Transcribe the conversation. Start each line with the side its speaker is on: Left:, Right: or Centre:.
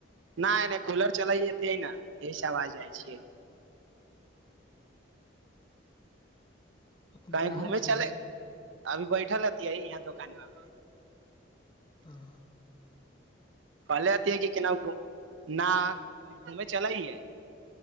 Right: ना नहि कूलर चलै अतै ने इह सँ आवाज जाइ छियै
Left: हाँ अपने
Right: कहीं घूमे
Left: कहाँ छियै
Right: चले अभी बैठल हतिैय यहाँ दुोकानमा मे
Left: हाँ
Right: फकहले हथिन की केना घुम ना कहिं घूमै चल ही हैय